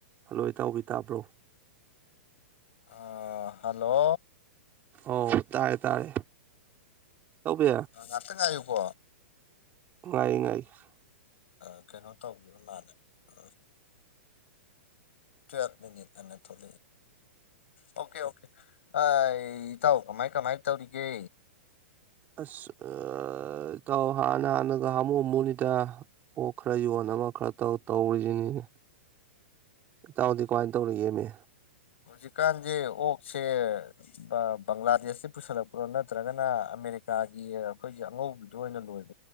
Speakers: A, on the right; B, on the left.
A: hello ꯏꯇꯥꯎꯕꯤ ꯇꯥꯕ꯭ꯔꯣ
B: ꯑꯥ ꯍꯜꯂꯣ
A: ꯑꯧ ꯇꯥꯔꯦ ꯇꯥꯔꯦ ꯏꯇꯥꯎꯕꯤ
B: ꯑꯣ ꯉꯥꯇ ꯉꯥꯏꯌꯨꯀꯣ
A: ꯉꯥꯏ ꯉꯥꯏꯒꯦ
B: ꯑ ꯀꯩꯅꯣ ꯇꯧꯕꯤꯕ ꯃꯥꯜꯂꯦ ꯑ ꯇꯨꯋꯦꯜ ꯃꯤꯅꯤꯠ ꯑꯅ ꯊꯣꯂꯛꯑꯦ ꯑꯣꯀꯦ ꯑꯣꯀꯦ ꯑ ꯏꯇꯥꯎ ꯀꯃꯥꯏ ꯀꯃꯥꯏ ꯇꯧꯔꯤꯒꯦ
A: ꯑꯁ ꯑꯥ ꯏꯇꯥꯎ ꯍꯥꯟꯅ ꯍꯥꯟꯅꯒ ꯍꯥꯃꯨ ꯍꯥꯃꯨꯅꯤꯗ ꯑꯣꯛ ꯈꯔ ꯌꯣꯟ ꯑꯃ ꯈꯔ ꯇꯧ ꯇꯧꯔꯤꯖꯤꯅꯤꯅꯦ
B: <inaudible>
A: ꯏꯇꯥꯎꯗꯤ ꯀꯃꯥꯏ ꯇꯧꯔꯤꯒꯦꯃꯤ
B: ꯍꯧꯖꯤꯛꯀꯥꯟꯁꯦ ꯑꯣꯛꯁꯦ ꯑꯥ ꯕꯪꯒ꯭ꯂꯥꯗꯦꯁꯇꯤ ꯄꯨꯁꯜꯂꯛꯄ꯭ꯔꯣ ꯅꯠꯇ꯭ꯔꯒꯅ ꯑꯃꯦꯔꯤ ꯀꯩꯀꯥꯒꯤ ꯑꯈꯣꯏꯒꯤ ꯑꯉꯧꯕꯤꯗꯨ ꯑꯣꯏꯅ ꯂꯣꯏꯕ